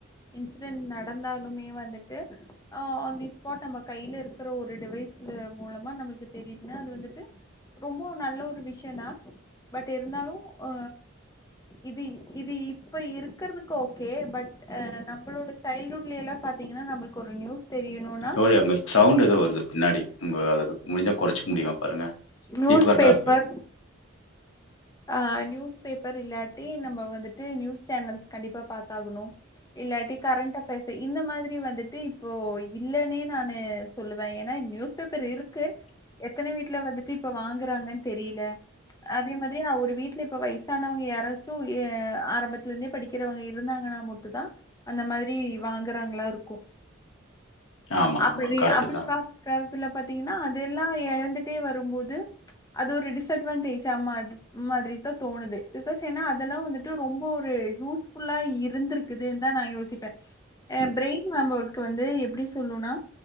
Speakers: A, on the left; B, on the left.
A: இன்சிடென்ட் நடந்தாலுமே வந்துட்டு ஆ ஆன் தி ஸ்பாட்டு நம்ம கையில இருக்கிற ஒரு டிவைஸ்ல மூலமா நம்ளுக்கு தெரியுதுன்னா அது வந்துட்டு ரொம்ப நல்ல ஒரு விஷய தா பட்டு இருந்தாலு அ இது இது இப்ப இருக்கறதுக்கு ஓகே பட் அ நம்புளோட சைல்ட்ஹூட்ல்ல எல்லா பாத்தீங்கன்னா நம்முள்க்கு ஒரு நியூஸ் தெரியணுனா
B: தோழி அங்க சவுண்ட்டு
A: நியூ
B: ஏதோ வருது பின்னாடி உங்க அதுக்கு முடிஞ்சா கொறச்சிக்க முடியுமா பாருங்க
A: நியூஸ்
B: இப்ப கரெக்டா
A: பேப்பர்
B: இருக்கு
A: ஆ நியூஸ் பேப்பர் இல்லாட்டி நம்ம வந்துட்டு நியூஸ் சேனல்ஸ் கண்டிப்பா பாத்தாகணும் இல்லாட்டி கரண்ட் அஃப்பஸ் இந்த மாதிரி வந்துட்டு இப்போ இல்லன்னே நானு சொல்லுவே ஏன்னா நியூஸ் பேப்பர் இருக்கு எத்தன வீட்டுல வந்துட்டு இப்ப வாங்குறாங்கன்னு தெரியல அதே மா திரி ஒரு வீட்ல இப்ப வயசானவங்க யாராச்சும் எ ஆரம்பத்துல இருந்தே படிக்கிறவங்க இருந்தாங்கன்னா மட்டுதா அந்த மாதிரி வாங்குறாங்களா இருக்கு
B: ஆமா
A: அப்படி
B: ஆமா கரெக்ட்
A: அப்டி
B: தான்
A: பாத் அந்த காலத்துல பார்த்தீங்கன்னா அது எல்லா எழந்துட்டே வரும்போது அது ஒரு டிஸ்அடவான்டேஜமா அது மாதிரி தா தோணுது பிகாஸ் ஏன்னா அது எல்லா வந்துட்டு ரொம்ப ஒரு யூஸ்ஃ புல்லா இருந்திருக் குது தா நா யோசிப்ப
B: <inaudible>
A: ஆ பிரெயின் <unintelligible> வந்து எப்டி சொல்லுன்னா